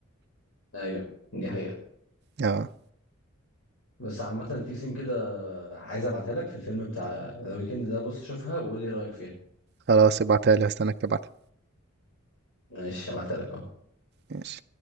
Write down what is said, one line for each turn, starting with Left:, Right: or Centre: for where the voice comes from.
Left: ايوه دي حقيقة
Right: اه
Left: بس عامة في سين كده عايز ابعتها لك في الفيلم بتاع ذا ويكند ده بص شوفها وقول لي رأيك فيها
Right: خلاص ابعتها لي هستناك تبعتها
Left: ماشي هبعتها لك اهو
Right: ماشي